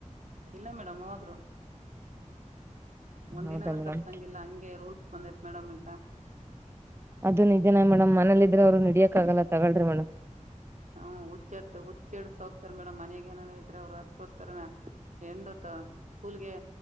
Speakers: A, on the right (about 70°); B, on the right (about 20°).
A: ಇಲ್ಲ ಮೇಡಮ್ ಹೋದ್ರು ಒಂದಿನನು
B: ಹೌದಾ ಮೇಡಮ್
A: ತಪ್ಸಂಗಿಲ್ಲ ಹಂಗೆ ರೂಲ್ಸ್ ಬಂದೈತ್ ಮೇಡಮ್ ಈಗ
B: ಅದು ನಿಜನ್ ಮೇಡಮ್ ಮನೇಲಿ ಇದ್ರೆ ಅವ್ರು ಹಿಡಿಯಕ್ ಆಗಲ್ಲ ತಗಳ್ರಿ ಮೇಡಮ್
A: ಹ್ಮ ಹುಚ್ಚತ್ತ ಹುಚ್ಚಿಡ್ಸ ಹೋಗ್ತಾರೆ ಮೇಡಮ್ ಮನೆಗ ಏನಾನ ಇದ್ರೆ ಅವ್ರು ಅದಕ್ಕೋಸ್ಕರನ ಎಂದತ್ ಸ್ಕೂಲ್ಗೆ